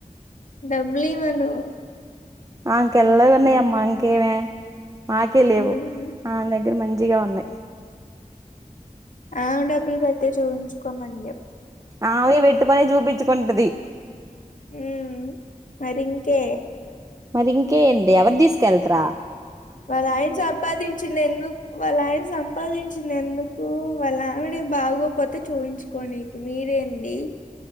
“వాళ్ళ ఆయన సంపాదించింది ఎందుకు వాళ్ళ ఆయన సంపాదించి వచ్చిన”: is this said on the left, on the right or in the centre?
Left